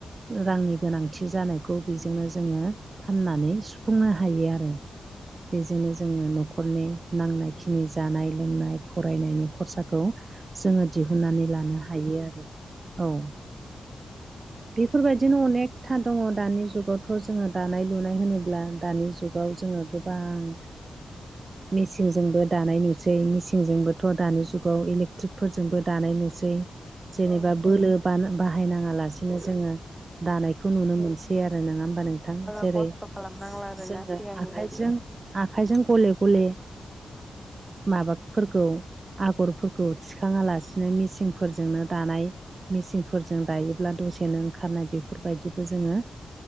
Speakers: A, on the right; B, in the centre.
A: रांनि गोनांथि जानायखौ बेजोंनो जोंङो फाननानै सुफुंनो हायो आरो बेजोंनो जोंङो न'खर न'खरनि नांनाय खिनि जानाय लोंनाय फरायनायनि खरसाखौ जोंङो दिहुननानै लानो हायो आरो औ बेफोरबायदिनो अनेकथा दंङो दानि जुगावथ' जोंङो दानाय लुनाय होनोब्ला दानि जुग जुगाव जोंङो गोबां मेसिनजोंबो दानाय नुसै मेसिनजोंबोथ' दानि जुगाव इलेक्ट्रिकफोरजोंबो दानाय नुसै जेनेबा
B: औ
A: बोलो ब बाहायनाङा लासिनो जोंङो दानायखौ नुनो मोनसै बिदि आरो नंङा होमबा नोंथां
B: बारा
A: जेरै
B: खस्थ' खालामनांला आरोना
A: जोंङो
B: सिगांनि
A: आखाइजों
B: बायदि
A: आखायजों गले गले माबाफोरखौ आगरफोरखौ थिखाङा लासिनो मेचंफोरजोंनो दानाय मेचंफोरजों दायो ब्ला दसेनो ओंखारनाय बेफोरबायदिखौ जोंङो